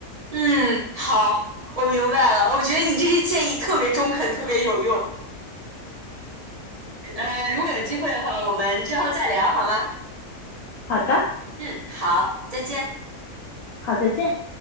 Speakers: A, on the right; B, on the left.
A: 嗯，好，我明白了。我觉得你这些建议特别中肯，特别有用。呃，如果有机会的话，我们之后再聊好吗？
B: 好的，
A: 嗯，好，再见。
B: 好，再见。